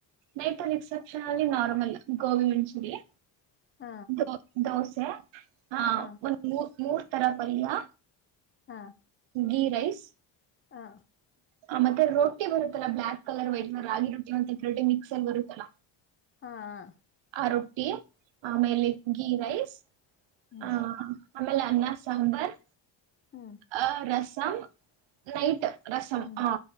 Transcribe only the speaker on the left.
ಹ
ಹ
ಹ
ಹಾ
ಹಾಆ
ಹ್ಮ್
ಹ್ಮ್
ಹ್ಮ್